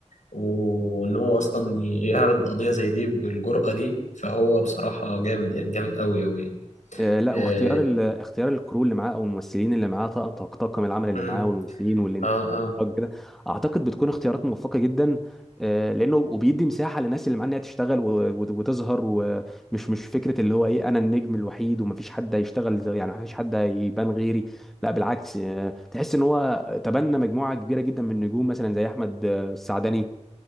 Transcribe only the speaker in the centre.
آه، لا
واختيار ال... اختيار الكرو اللي معاه او الممثلين اللي معاه طاقم طاق- طاقم العمل اللي
معاه والممثلين والانتاج
كده اعتقد بتكون اختيارات موفقه جدا آه، لانه وبيدي مساحه للناس اللي معاه انها تشتغل و... وت- وتظهر ومش مش فكره اللي هو ايه انا النجم الوحيد ومفيش حد هيشتغل زي- يعني مفيش حد هيبان غيري لا بالعكس آه، تحس ان هو تبنى مجموعه كبيره جدا من النجوم مثلا زي احمد آه، السعدني